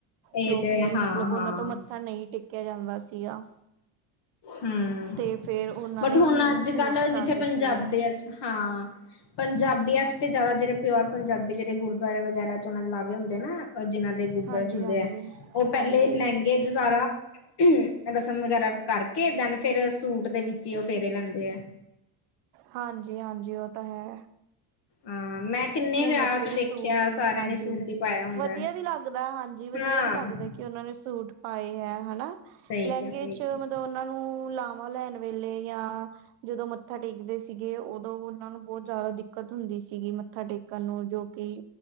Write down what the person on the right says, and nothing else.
ਜੋ
ਕਿ ਮਤਲਬ
ਉਹਨਾਂ ਤੋਂ ਮੱਥਾ ਨਈ ਟੇਕਿਆ ਜਾਂਦਾ ਸੀਗਾ।
ਤੇ ਫੇਰ ਉਹਨਾਂ
ਨੇ
ਸੂਟਸ
ਕਰ
ਦਿੱਤੇ
ਹੈ
ਹਾਂਜੀ
ਹਾਂਜੀ
ਹਾਂਜੀ
ਹਾਂਜੀ
ਹਾਂਜੀ -ਹਾਂਜੀ ਓ ਤਾਂ ਹੈ।
ਹੁਣ
ਉੱਥੇ
ਵੀ
ਸੂਟ ਈ,
ਹਾਂਜੀ
ਵਧੀਆ ਵੀ ਲੱਗ ਲੱਗਦਾ ਹਾਂਜੀ ਵਧੀਆ
ਵੀ ਲੱਗਦਾ ਕਿ ਉਹਨਾਂ ਨੇ ਸੂਟ ਪਾਏ ਹੈ ਹਨਾ,
ਲਹਿੰਗੇ
ਚ
ਮਤਲਬ ਨੂੰ ਲ ਲਾਵਾਂ ਲੈਣ ਵੇਲੇ ਜਾਂ ਜਦੋਂ ਮੱਥਾ ਟੇਕਦੇ ਸੀਗੇ ਉਦੋਂ ਉਹਨਾਂ ਨੂੰ ਬਹੁਤ ਜ਼ਿਆਦਾ ਦਿੱਕਤ ਹੁੰਦੀ ਸੀਗੀ। ਮੱਥਾ ਟੇਕਣ ਨੂੰ ਜੋ ਕਿ